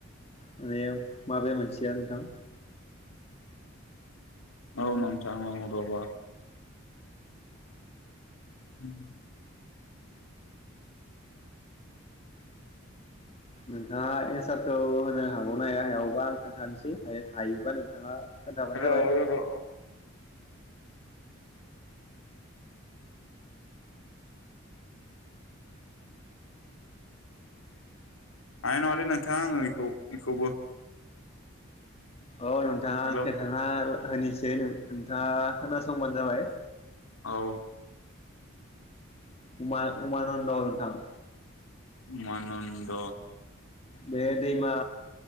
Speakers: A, on the left; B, on the left.
A: माने माबे मोनसेया नोंथां?
B: औ नोथां औ <unintelligible> <inaudible>
A: नोंथाङा एन्सारखौ होनो हागौना हाया हायावबा आं खोन्थानोसै हायो‌ हायोबा नोंथाङा खोन्थाबानो
B: र
A: जाबाय
B: र' <inaudible> हानाय नङालै नोंथां आङो इखौ इखौबो।
A: औ नोंथां आं
B: हेल'
A: खोन्थाना होनिसै नों-नोंथाङा खोनासंबानो जाबाय।
B: औ।
A: उमा-उमानन्द नोंथां ।
B: उमानन्द।
A: बे दैमा